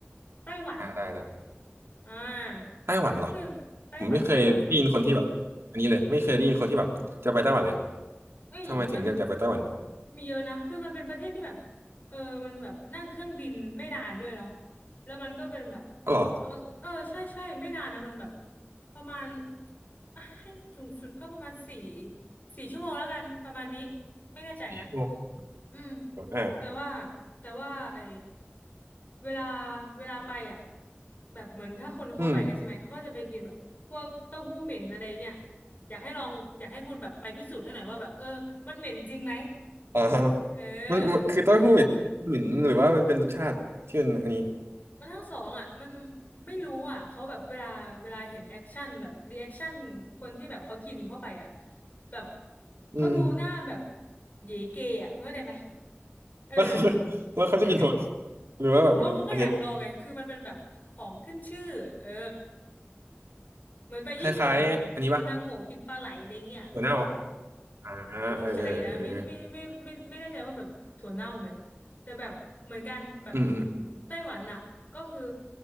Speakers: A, on the left; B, on the right.
A: ไต้หวัน
B: อ่าได้ได้
A: อ่าก็คือไต้หวันไต้หวัน
B: ไต้หวันเหรอผมไม่เคยได้ยินคนที่แบบอันนี้เลยไม่เคยได้ยินคนที่แบบจะไปไต้หวันเลย
A: เอ้ยมัน
B: ทำไมถึงอยากไปไต้หวัน
A: มีเยอะนะคือมันเป็นประเทศที่แบบเออมันแบบนั่งเครื่องบินไม่นานด้วยเหรอแล้วมันก็เป็นแบบ
B: อ๋อเหรอ
A: เออเออใช่ใช่ไม่นานนะมันแบบประมาณอ่ะให้สูงสุดก็ประมาณสี่สี่ชั่วโมงแล้วกันประมาณนี้ไม่แน่ใจนะ
B: อีกชั่วโมง
A: อืม
B: อ่า
A: แต่ว่าแต่ว่าไอเวลาเวลาไปอ่ะแบบเหมือนถ้าคนเขาไปกันใช่ไหมเขาก็จะไปกินแบบพวกเต้าหู้เหม็นอะไรเงี้ย
B: อืม
A: อยากให้ลองอยากให้คุณแบบไปพิสูจน์ให้หน่อยว่าแบบเออมันเหม็นจริงไหม
B: อ่าฮะ
A: เออ
B: มันมันคือเต้าหู้เหม็นเหม็นหรือว่ามันเป็นรสชาติที่มันอันนี้
A: มันทั้งสองอ่ะมันไม่รู้อ่ะเขาแบบเวลาเวลาเห็นแอคชั่นแบบรีแอคชั่นคนที่แบบเขากินเข้าไปอ่ะแบบเขาดูหน้าแบบ
B: อืม
A: เหยเกอ่ะคุณเข้าใจไหมเออ
B: แล้วเขาแล้วเขาจะกินทำไม
A: <laughs>
B: หรือว่าแบบเป็นคอนเทนต์
A: เขาเขาก็อยากลองไงคือมันเป็นแบบของขึ้นชื่อเออเหมือนไปญี่ปุ่นแบบกินนางโงกินปลาไหลอะไรเงี้ย
B: คล้ายๆอันนี้ปะหัวเน่าวะอ่าเออ
A: ไม่แน่ใจนะไม่ไม่ไม่ไม่ไม่ไม่แน่ใจว่าแบบถั่วเน่าไหม
B: เออเออเออ
A: แต่แบบเหมือนกันแบบ
B: อืมอืม
A: ไต้หวันอะก็คือ